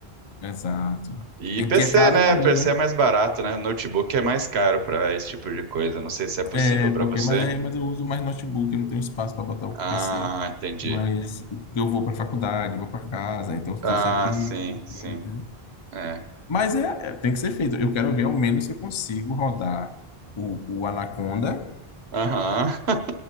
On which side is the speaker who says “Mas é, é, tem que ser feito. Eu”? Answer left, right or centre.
Left